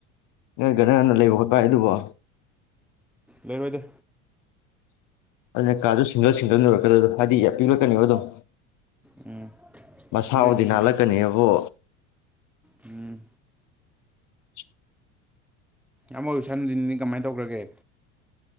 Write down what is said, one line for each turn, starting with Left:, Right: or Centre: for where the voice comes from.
Left: ꯅꯣꯏ ꯀꯅꯟꯅ ꯂꯩꯕ ꯈꯣꯠꯄ ꯍꯥꯏ ꯑꯗꯨꯕꯣ
Centre: ꯂꯩꯔꯣꯏꯗꯦ
Left: ꯑꯗꯨꯅ ꯀꯥꯔꯗ ꯁꯤꯡꯒꯜ ꯁꯤꯡꯒꯜꯅ ꯑꯣꯏꯔꯛꯀꯗꯗꯣ ꯍꯥꯏꯗꯤ ꯌꯥꯝ ꯄꯤꯔꯛꯀꯅꯤꯕ ꯑ ꯑꯗꯨꯝ
Centre: ꯎꯝ
Left: ꯃꯁꯥ
Centre: ꯁꯤ
Left: ꯑꯣꯗꯤ
Centre: ꯂꯩꯗꯣꯏꯅꯦ
Left: ꯅꯥꯜꯂꯛꯀꯅꯦꯕꯣ
Centre: ꯎꯝ
Left: <inaudible>
Centre: ꯑꯃꯃꯨ ꯁꯟꯅꯨꯖꯤꯟꯅꯤ ꯀꯃꯥꯏꯅ ꯇꯧꯈ꯭ꯔꯒꯦ